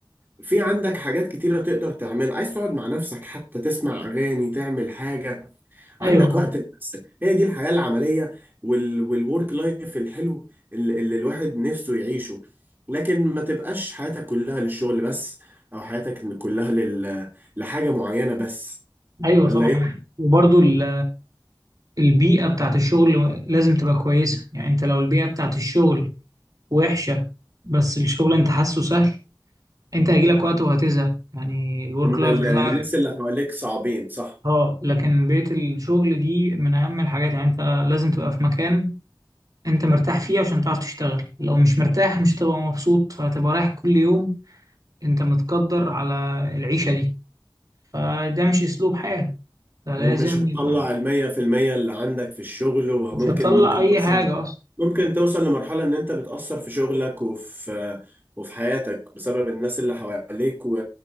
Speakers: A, on the right; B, on the right.
A: في عندك حاجات كتيرة تقدر تعملها عايز تقعد مع نفسك حتى تسمع أغاني تعمل حاجة عندك
B: أيوة طبعا
A: وقت لنفسك هي دي الحياة العملية وال... والورك لايف الحلو اللي, اللي الواحد نفسه يعيشه لكن ما تبقاش حياتك كلها للشغل بس او حياتك كلها لل... لحاجة معينة بس
B: أيوة
A: ولا
B: طبعا
A: ايه
B: وبرضو ال... البيئة بتاعت الشغل لازم تبقى كويسة يعني انت لو البيئة بتاعت الشغل وحشة بس الشغل انت حاسه سهل انت هيجيلك وقت وهتزهق يعني الورك
A: ان
B: لايف
A: ال...
B: بتاعك
A: الناس اللي حواليك صعبين صح
B: اه لكن بيئة الشغل دي من أهم الحاجات يعني أنت لازم تبقى في مكان أنت مرتاح فيه عشان تعرف تشتغل لو مش مرتاح مش هتبقى مبسوط فهتبقى رايح كل يوم أنت متقدر على العيشة دي فده مش أسلوب حياة فلازم
A: ومش هتطلع
B: يبقى
A: المية في المية اللي عندك في الشغل وممكن
B: مش هتطلع
A: ممكن
B: أي
A: توصل
B: حاجة أصلا
A: ممكن توصل لمرحلة ان انت بتأثر في شغلك وفي وفي حياتك بسبب الناس اللي حواليك و...